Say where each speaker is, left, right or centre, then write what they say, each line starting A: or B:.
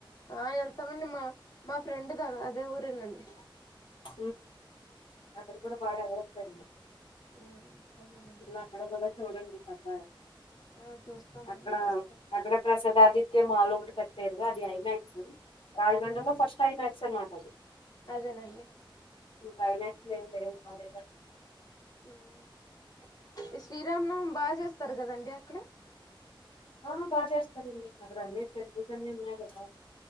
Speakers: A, on the left (about 45°); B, on the left (about 80°).
A: ఆ వెళ్తామండి మా మా ఫ్రెండ్ ద అదే ఊరేనండి
B: హ అక్కడ కూడా బడ వ్యవసా
A: ఉమ్ అదేనండి
B: ఇలా అక్కడ కూడా చూడండి పాప
A: ఆ చూస్తామండి
B: అక్కడ
A: వస్తాం
B: అక్కడ ప్రసాద జివాజీ అ మాలు ఒకటి కట్టరు అది ఐమాక్స్ రాజమండ్రిలో
A: ఉమ్
B: ఫస్ట్ టైమ్ క్స్ అనమాటది
A: అదేనండి
B: ఇ ఫైనాన్స్ లేం లే అదే
A: ఉ శ్రీరామనవమి బాగా చేస్తారు కదండి అక్కడ
B: ఆ బాగా చేస్తార అన్నే టెంపుల్స్ ఉన్నాయి కదా అంత